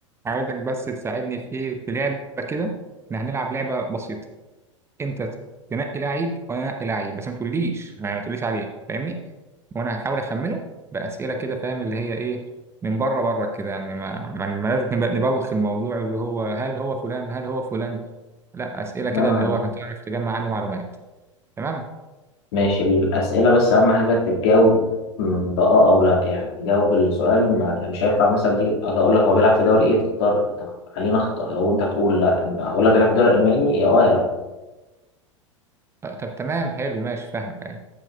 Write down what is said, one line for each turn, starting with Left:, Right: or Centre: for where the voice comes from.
Right: عايزك بس تساعدني في ايه في لعبه كده احنا هنلعب لعبه بسيطه انت تنقي لعيب وانا انقي لعيب بس ما تقوليش ما ما تقوليش عليه فاهمني وانا هحاول اخمنه باسئله كده فاهم اللي هي ايه من بره بره كده يعني ما ما ما لازم نب- نبوخ الموضوع اللي هو هل هو فلان هل هو فلان لا اسئله كده
Left: نوعا
Right: اللي هو عشان تعرف تجمع عنه معلومات تمام
Left: ماشي الأسئلة بس أهم حاجة تتجاوب م، بآه أو لأ يعني جاوب السؤال ما يعني مش هينفع مثلا تيجي أجي أقول لك هو بيلعب في دوري إيه تختار تخ- خلينا أخطأ أو أنت تقول لأ أقول لك بيلعب في الدوري الألماني يا أه يا لأ
Right: أه، طب تمام حلو ماشي فاهمك يعني